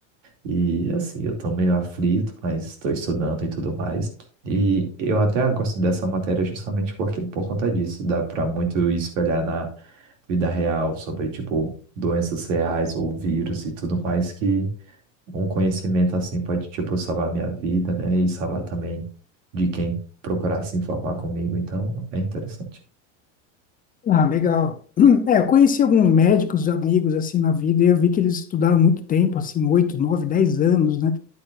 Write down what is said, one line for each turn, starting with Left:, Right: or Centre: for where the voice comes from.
Right: E assim, eu tô meio aflito, mas estou estudando e tudo mais. E eu até gosto dessa matéria justamente porque, por conta disso, dá para muito espelhar na vida real sobre, tipo, doenças reais ou vírus e tudo mais que um conhecimento assim pode, tipo, salvar minha vida, né? E salvar também de quem procurar se informar comigo. Então, é interessante.
Left: Ah, legal. <clears throat> É, eu conheci alguns médicos, amigos, assim, na vida, e eu vi que eles estudaram muito tempo, assim, oito, nove, dez anos, né?